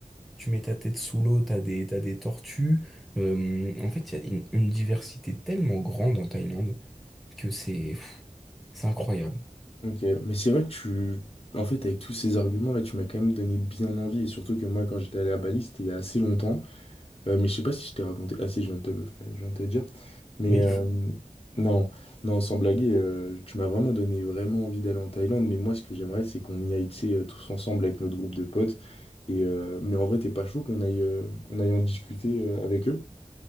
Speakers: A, in the centre; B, on the left (about 45°).
A: tu mets ta tête sous l'eau, t'as des, t'as des tortues. Euh, en fait, il y a une, une diversité tellement grande en Thaïlande que c'est pff, c'est incroyable.
B: Ok, mais c'est vrai que tu... En fait, avec tous ces arguments-là, tu m'as quand même donné bien envie. Et surtout que moi, quand j'étais allé à Bali, c'était il y a assez longtemps. Euh, mais je sais pas si je t'ai raconté. Ah si, je viens de te le, je viens de te le dire. Mais
A: Oui.
B: euh, non, non, sans blaguer, euh, tu m'as vraiment donné vraiment envie d'aller en Thaïlande. Mais moi, ce que j'aimerais, c'est qu'on y aille, tu sais, euh, tous ensemble avec notre groupe de potes. Et, euh, Mais en vrai, t'es pas chaud qu'on aille, euh, qu'on aille en discuter euh, avec eux?